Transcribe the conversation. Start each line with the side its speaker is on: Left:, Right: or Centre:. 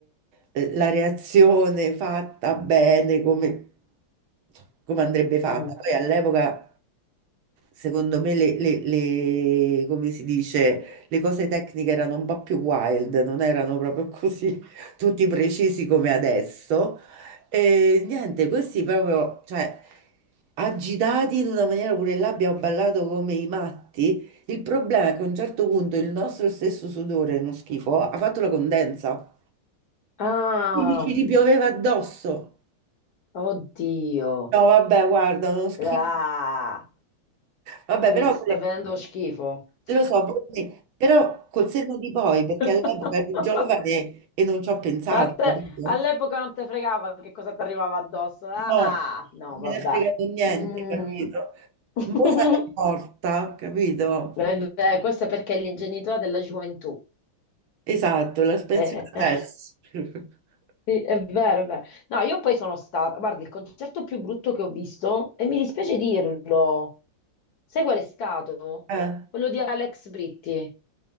Right: eh, la reazione fatta bene come, insomma, come andrebbe fatta.
Left: Mm.
Right: Poi all'epoca Secondo me le, le- le- come si dice, le cose tecniche erano un po' più wild, non erano proprio così <laughs> tutti precisi come adesso. E niente, questi proprio, cioè, agitati in una maniera pure là abbiamo ballato come i matti. Il problema è che a un certo punto il nostro stesso sudore, uno schifo, ha fatto la condensa.
Left: Ah,
Right: Quindi ci ripioveva addosso.
Left: oddio.
Right: No, vabbè, guarda, uno schifo.
Left: Ah,
Right: Vabbè, però
Left: mi sta
Right: quelle-
Left: venendo lo schifo.
Right: Lo so, pure me, però col senno di poi, perché
Left: <laughs>
Right: all'epoca ero giovane e non ci ho pensato,
Left: A te-
Right: capito?
Left: all'epoca non te fregava che cosa ti arrivava addosso. Ah,
Right: No, non
Left: no, vabbè.
Right: me ne è fregato niente,
Left: Mm.
Right: capito?
Left: <laughs>
Right: Mo sarei morta, capito?
Left: Eh, beh, questo è perché è l'ingenuità della gioventù.
Right: Esatto, la pensione
Left: Eh, eh.
Right: adesso.
Left: eh.
Right: <laughs>
Left: Sì, è vero, è vero. No, io poi sono stata, guarda, il concerto più brutto che ho visto, e mi dispiace dirlo, sai qual è stato?
Right: Eh,
Left: Quello di Alex Britti.